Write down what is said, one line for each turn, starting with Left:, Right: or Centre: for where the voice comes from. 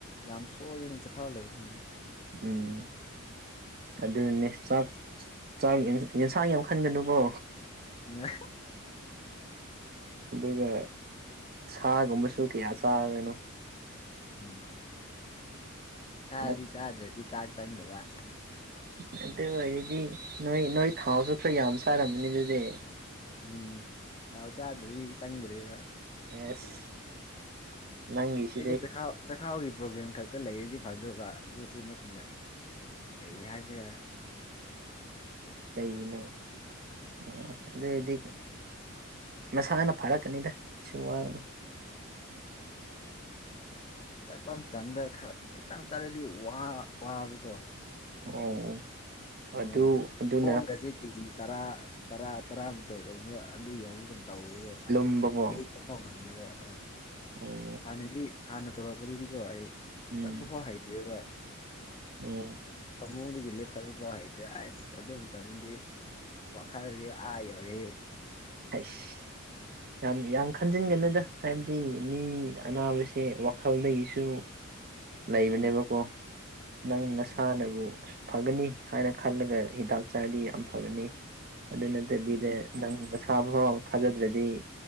Left: ꯌꯥꯝ ꯁꯣꯜꯂꯤꯅꯦ ꯆꯈꯥ ꯂꯩꯔꯤꯅꯦ
Right: ꯎꯝ ꯑꯗꯨꯅꯦ ꯆꯥꯛ ꯆꯥꯛ ꯌꯦꯟꯁꯥꯡ ꯌꯥꯝ ꯈꯟꯒꯅꯨꯀꯣ
Left: ꯃ
Right: ꯑꯗꯨꯒ ꯁꯥꯒꯨꯝꯕꯁꯨ ꯀꯌꯥ ꯆꯥꯒꯅꯣ
Left: ꯎꯝ ꯆꯥꯗꯤ
Right: ꯎꯝ
Left: ꯆꯥꯗ꯭ꯔꯗꯤ ꯆꯥꯛ ꯆꯪꯗꯕ
Right: ꯑꯦꯇ ꯑꯣꯏꯗꯤ ꯅꯣꯏ ꯅꯣꯏ ꯊꯥꯎꯁꯨ ꯈꯔ ꯌꯥꯝ ꯆꯥꯔꯝꯕꯅꯤ ꯑꯗꯨꯗꯤ
Left: ꯎꯝ ꯇꯥꯎ ꯆꯗꯦꯒ ꯆꯪꯔꯤꯂ
Right: ꯑꯁ ꯅꯪꯒꯤꯁꯤꯗꯤ
Left: ꯑꯩꯗ ꯆꯈꯥꯎ ꯆꯈꯥꯎꯒꯤ ꯄ꯭ꯔꯣꯕ꯭ꯂꯦꯝ ꯈꯛꯇ ꯂꯩꯔꯗꯤ ꯐꯗꯕ ꯑꯗꯨꯁꯨ ꯅꯠꯇꯅ ꯀꯔꯤ ꯍꯥꯏ ꯍꯥꯏꯁꯦ
Right: ꯀꯩꯅ ꯑ ꯑꯗꯨꯏꯗꯤ ꯃꯁꯥꯅ ꯐꯥꯔꯛꯀꯅꯤꯗ ꯇꯨꯋꯥꯟ
Left: ꯆꯠꯄ ꯃꯇꯝꯗꯔ ꯈꯤꯇꯪ ꯆꯠꯂꯗꯤ ꯋꯥ ꯋꯥꯕ
Right: ꯑꯣ ꯑꯗꯨ
Left: ꯑ
Right: ꯑꯗꯨꯅ
Left: ꯈꯣꯡꯒꯁꯦ ꯀꯦꯖꯤ ꯇꯔꯥ ꯇꯔꯥ ꯇꯔꯥꯃꯊꯣꯏꯒꯕ ꯑꯗꯨ ꯌꯥꯎꯕ ꯉꯝ ꯇꯧꯕ
Right: ꯂꯨꯝꯕꯀꯣ
Left: ꯑꯁ ꯂꯩ ꯐꯣꯡꯉꯗꯕ ꯑꯥ
Right: ꯑꯣ
Left: ꯍꯥꯟꯅꯗꯤ ꯍꯥꯟꯅ ꯇꯧꯔꯛꯄꯗꯨꯗꯤꯀꯣ ꯑꯩ
Right: ꯎꯝ
Left: ꯆꯠꯄ ꯐꯥꯎ ꯍꯩꯇꯦꯕ
Right: ꯑꯣ
Left: ꯃꯑꯣꯡꯗꯒꯤ ꯂꯦꯞꯄ ꯐꯕꯥꯎ ꯍꯩꯇ꯭ꯔꯦ ꯑꯁ ꯑꯗꯨꯝ ꯇꯅꯤꯗꯤ ꯋꯥꯈꯜꯔꯤ ꯑꯥ ꯌꯧꯔꯤ
Right: ꯍꯁ ꯌꯥꯝ ꯌꯥꯝ ꯈꯟꯖꯤꯟꯒꯅꯨꯗ ꯍꯥꯏꯕꯗꯤ ꯃꯤ
Left: ꯎꯝ
Right: ꯑꯅꯥꯕꯁꯤ ꯋꯥꯈꯜꯗꯒꯤꯁꯨ ꯂꯩꯕꯅꯦꯕꯀꯣ ꯅꯪ
Left: ꯎꯝ
Right: ꯅꯁꯥꯟꯅꯕꯨ ꯐꯒꯅꯤ ꯍꯥꯏꯅ ꯈꯜꯂꯒ ꯍꯤꯗꯥꯛ ꯆꯥꯔꯗꯤ ꯌꯥꯝ ꯐꯒꯅꯤ ꯑꯗꯨ ꯅꯠꯇꯕꯤꯗ
Left: ꯎꯝ
Right: ꯅꯪ ꯁꯥꯕ ꯐꯥꯎ ꯊꯥꯖꯗ꯭ꯔꯗꯤ